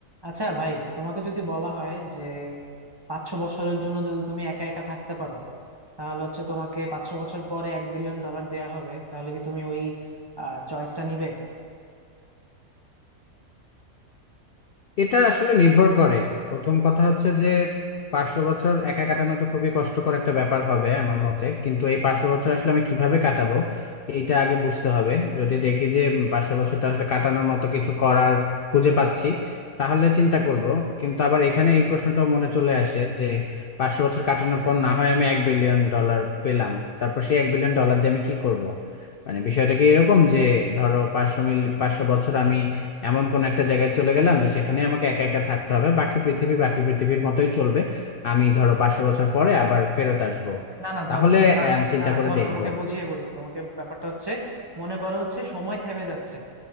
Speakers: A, on the right; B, on the left.
A: আচ্ছা ভাই তোমাকে যদি বলা হয় যে পাঁচ ছ বছরের জন্য যদি তুমি একা একা থাকতে পারো তাহলে হচ্ছে তোমাকে পাঁচ ছ বছর পরে এক বিলিয়ন ডলার দেয়া হবে তাহলে কি তুমি ওই চয়েসটা নিবে
B: এটা আসলে নির্ভর করে প্রথম কথা হচ্ছে যে পাঁচশো বছর একা কাটানো তো খুবই কষ্টকর একটা ব্যাপার হবে আমার মতে কিন্তু এই পাঁচশো বছর আসলে আমি কিভাবে কাটাবো এইটা আগে বুঝতে হবে যদি দেখি যে উম, পাঁচশো বছরটা আসলে কাটানোর মতো কিছু করার খুঁজে পাচ্ছি তাহলে চিন্তা করব কিন্তু আবার এখানে এই প্রশ্নটাও মনে চলে আসে যে পাঁচশো বছর কাটানোর পর না হয় আমি এক বিলিয়ন ডলার পেলাম তারপর সেই এক বিলিয়ন ডলার দিয়ে আমি কি করব মানে বিষয়টা কি এরকম যে ধরো পাঁচশো মিল পাঁচশো বছর আমি এমন কোন একটা জায়গায় চলে গেলাম যে সেখানে আমাকে একা একা থাকতে হবে বাকি পৃথিবী বাকি পৃথিবীর মতোই চলবে আমি ধরো পাঁচশো বছর পরে আবার ফেরত আসবো
A: না না
B: তাহলে
A: ধরো তো না
B: আহ, আমি চিন্তা
A: না না
B: করে
A: ধরো
B: দেখবো
A: তোমাকে বুঝিয়ে বলি তোমাকে ব্যাপারটা হচ্ছে মনে করো হচ্ছে সময় থেমে যাচ্ছে